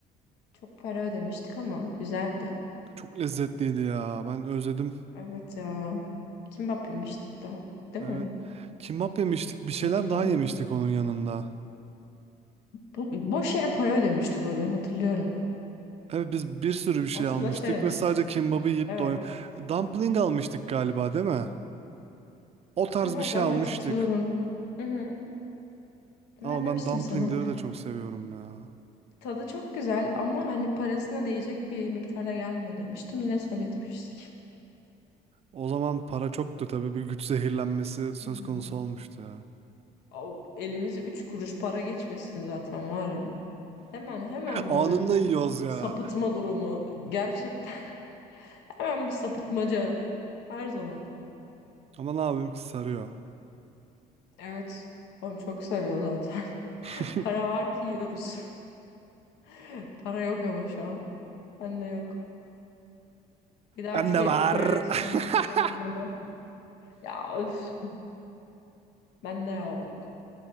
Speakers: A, on the left; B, on the right.
A: Çok para ödemiştik ama güzeldi.
B: Çok lezzetliydi ya. Ben özledim.
A: Evet ya. Kimbap yemiştik daha. Değil
B: Evet.
A: mi?
B: Kimbap yemiştik.
A: Şimdi
B: Bir şeyler
A: hatırlıyorum.
B: daha yemiştik onun yanında.
A: Bu, boş yere para ödemiştik o gün hatırlıyorum.
B: Evet biz bir sürü bir şey
A: Aslında
B: almıştık
A: şey demiştik.
B: ve sadece kimbabı yiyip
A: Evet.
B: doy... Dumpling almıştık galiba değil mi? O tarz
A: Evet
B: bir şey
A: evet
B: almıştık.
A: hatırladım. Hı hı. Ben
B: Ama
A: demiştim
B: ben dumplingleri
A: sana.
B: de çok seviyorum ya.
A: Tadı çok güzel ama hani parasına değecek bir miktarda gelmiyor demiştim. Yine söyletmiştik.
B: O zaman para çoktu tabii bir güç zehirlenmesi söz
A: Hı hı.
B: konusu olmuştu ya.
A: O elimize üç kuruş para geçmesin zaten var ya. Hemen hemen
B: <laughs> Anında
A: böyle
B: yiyoruz ya.
A: sapıtma durumu gerçekten. <laughs> Hemen bir sapıtmaca her zaman.
B: Ama ne yapayım ki sarıyor.
A: Evet. Oğlum çok sarıyor zaten. <laughs>
B: <laughs>
A: Para var ki yiyoruz. <laughs> Para yok ama şu an. Bende yok. Bir dahaki
B: Ben de var.
A: Kore restoranına
B: <laughs>
A: gideceğimiz zaman ya öf, bende yok.